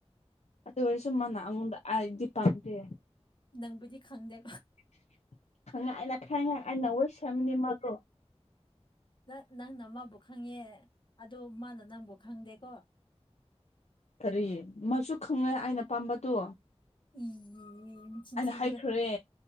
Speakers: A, on the left; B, on the left.
A: ꯑꯗꯨ ꯑꯣꯏꯔꯁꯨ ꯃꯥꯅ ꯑꯉꯣꯟꯗ ꯑꯩꯗꯤ ꯄꯥꯝꯗꯦ꯫
B: ꯅꯪꯕꯨꯗꯤ ꯈꯪꯗꯦ꯫
A: <unintelligible> ꯑꯩꯅ ꯈꯪꯉꯦ ꯑꯩꯅ <unintelligible> ꯁꯦꯝꯅꯤ ꯃꯥꯗꯣ꯫
B: ꯅ-ꯅꯪꯅ ꯃꯥꯕꯨ ꯈꯪꯉꯦ ꯑꯗꯨ ꯃꯥꯅ ꯅꯪꯕꯨ ꯈꯪꯗꯦꯀꯣ꯫
A: ꯀꯔꯤ ꯃꯥꯁꯨ ꯈꯪꯉꯦ ꯑꯩꯅ ꯄꯥꯝꯕꯗꯨ꯫
B: ꯏ ꯃꯆꯤꯟ ꯊꯤꯒꯗ
A: ꯍꯥꯏꯈ꯭ꯔꯦ